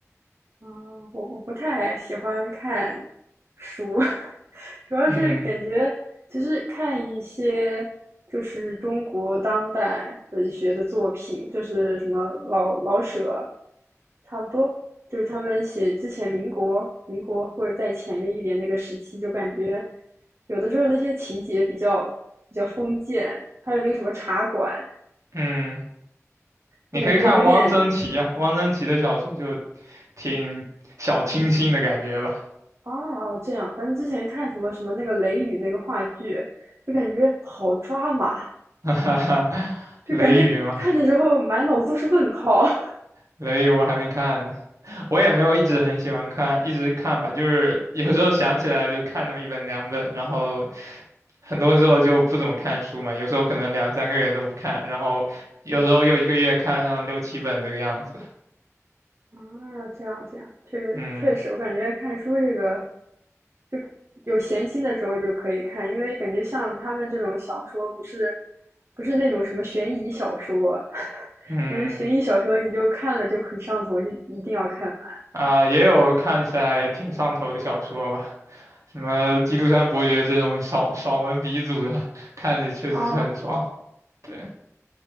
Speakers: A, on the right; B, on the right.
A: 嗯，我我不太喜欢看书，<laughs> 主要是感觉其实看一些就是中国当代文学的作品，
B: 嗯。
A: 就是什么老老舍，差不多，就是他们写之前民国、民国或者在前面一点那个时期，就感觉有的时候那些情节比较比较封建，还有那个什么茶馆，
B: 嗯，你可以看汪曾祺呀、
A: 就感觉有点
B: 汪曾祺的小说就挺小清新的感觉吧。
A: 哦哦，这样，反正之前看什么什么那个《雷雨》那个话剧，就感觉好抓马，
B: <laughs> 哈哈哈，
A: 就感觉看的时候满脑子都是问号。
B: 雷雨嘛，
A: <laughs>
B: 雷雨我还没看呢，我也没有一直很喜欢看，一直看吧，就是有时候想起来了就看那么一本两本，然后很多时候就不怎么看书嘛，有时候可能两三个月都不看，然后有时候又一个月看上六七本这个样子。
A: 啊，这样这样，确确实，
B: 嗯
A: 我感觉看书这个，就有闲心的时候就可以看，因为感觉像他们这种小说，不是不是那种什么悬疑小说，<laughs>
B: 嗯。
A: 因为悬疑小说你就看了就很上头，就一定要看完。
B: 啊、也有看起来挺上头的小说吧，什么《基督山伯爵》这种爽爽文鼻祖的，看着确实是很爽。
A: 啊
B: 对，